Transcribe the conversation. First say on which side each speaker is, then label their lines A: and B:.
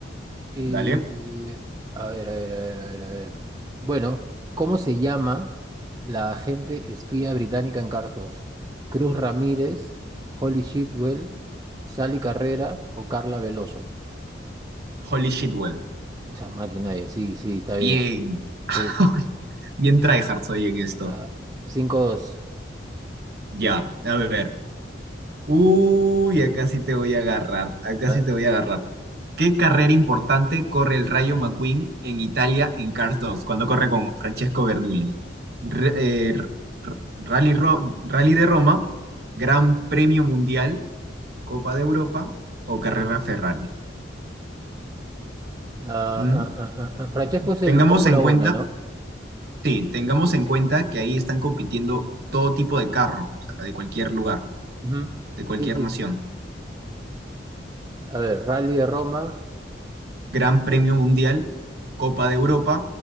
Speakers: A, on the right; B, on the right.
A: Eh,
B: Dale.
A: a ver, a ver, a ver, a ver, a ver. Bueno, ¿cómo se llama la agente espía británica en Cars 2? ¿Cruz Ramírez, Holly Shitwell, Sally Carrera o Carla Veloso?
B: Holy shitwell.
A: Esa máquina es, sí, sí, está bien.
B: Bien,
A: Sí,
B: <laughs>
A: sí, sí.
B: bien tryhard soy en esto.
A: Ah, 5-2.
B: Ya, a ver. Uy, acá sí te voy a agarrar. Acá
A: A
B: sí
A: ver.
B: te voy a agarrar. ¿Qué carrera importante corre el Rayo McQueen en Italia en Cars dos? cuando corre con Francesco Bernoulli? Re- eh, r- r- Rally, Ro- Rally de Roma, Gran Premio Mundial, Copa de Europa o Carrera Ferrari.
A: Ah,
B: ¿Mm?
A: ah, ah, ah, ah. Francesco es el
B: Tengamos
A: Fórmula
B: en cuenta,
A: Uno, ¿no?
B: sí, tengamos en cuenta que ahí están compitiendo todo tipo de carro, o sea, de cualquier lugar,
A: Ujú.
B: de cualquier
A: Sí, sí.
B: nación.
A: sí. A ver, Rally de Roma.
B: Gran Premio Mundial, Copa de Europa